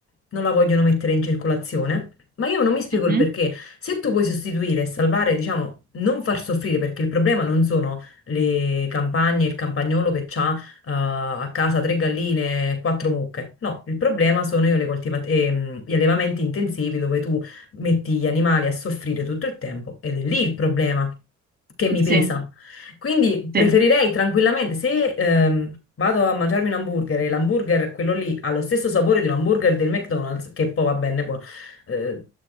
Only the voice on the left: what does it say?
non la vogliono mettere in circolazione. Ma io non mi spiego
il perché. Se tu puoi sostituire e salvare, diciamo, non far soffrire, perché il problema non sono le campagne, il campagnolo che ha eh, a casa tre galline, quattro mucche. No, il problema sono io le coltiva- ehm, gli allevamenti intensivi dove tu metti gli animali a soffrire tutto il tempo ed è lì il problema che mi
pesa. Quindi preferirei
tranquillamente, se ehm, vado a mangiarmi un hamburger e l'hamburger, quello lì, ha lo stesso sapore di un hamburger del McDonald's, che poi va bene, poi, eh,